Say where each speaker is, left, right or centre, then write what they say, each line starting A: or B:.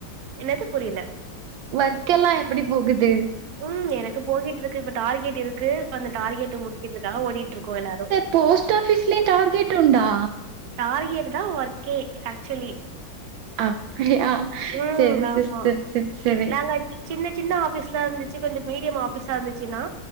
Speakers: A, on the right; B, on the right.
A: என்னது புரியல
B: ஒர்க்கெல்லா எப்டி போகுது
A: ம் எனக்கு போகிட்டு இருக்கு இப்ப டார்கெட்யிருக்கு அந்த டார்கெட்ட முடிக்கர்துக்காக ஓடிட்டு இருக்கோ எல்லாரு
B: ஃபோஸ்ட் ஆபீஸ்லயு டார்கெட் உண்டா
A: டார்கெட்டுதா ஒர்க்கே ஆக்ச்சுலி
B: அப்பிடியா
A: ம்
B: செரி
A: ஆமா
B: சிஸ்டர் செரி செரி
A: நாங்க சின்ன சின்ன ஆபீஸ்ல இருந்துச்சு கொஞ்சோ மீடியம் ஆபீஸா இருந்துச்சுன்னா